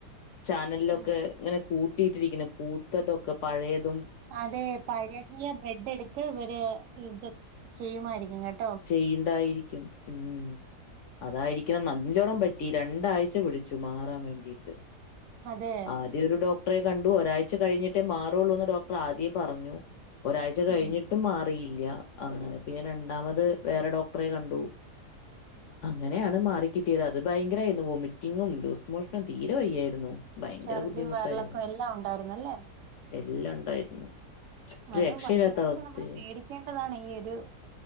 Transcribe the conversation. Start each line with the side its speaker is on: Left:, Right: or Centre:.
Left: ചാനലിലൊക്കെ
Right: ആഹ്.
Left: ഇങ്ങനെ കൂട്ടിയിട്ടിരിക്കുന്നു പൂത്തതൊക്കെ പഴയത്
Right: അതെ പഴകിയ ബ്രെഡ് എടുത്ത് ഇവര് ഇത് ചെയ്യുമായിരിക്കും കേട്ട
Left: ചെയ്യുണ്ടായിരിക്കും ഉം അതായിരിക്കണം നല്ലോണം പറ്റി രണ്ടാഴ്ച പിടിച്ചു മാറാൻ വേണ്ടീട്ട്
Right: അതെ.
Left: ആദ്യ ഒരു ഡോ ഡോക്ടറെ കണ്ടു ഒരാഴ്ച കഴിഞ്ഞിട്ടേ മാറുവൊള്ളൂന്ന് ഡോക്ടർ ആദ്യേ പറഞ്ഞു ഒരാഴ്ച കഴിഞ്ഞിട്ടും
Right: ഉം.
Left: മാറിയില്ല അങ്ങനെ പിന്നെ രണ്ടാമ ത് വേറെ ഡോക്ടറെ കണ്ടു. അങ്ങനെയാണ് മാറിക്കിട്ടിയത് അത് ഭയങ്കരമായിരുന്നു വൊമിറ്റിങ്ങും ലൂസ് മോഷനും തീരെ വയ്യായിരുന്നു. ഭയങ്കര
Right: ഛർദിയും
Left: ബുദ്ധിമുട്ടായിരുന്നു.
Right: വയറിളക്കം എല്ലാം ഉണ്ടായിരുന്നല്ലേ
Left: എല്ലാം ഉണ്ടായിരുന്നു.
Right: അത്
Left: രക്ഷയില്ലാത്ത
Right: ഭയങ്കരമായിട്ട്
Left: അവസ്ഥയാ.
Right: നമ്മള് പേടിക്കേണ്ടതാണ് ഈ ഒരു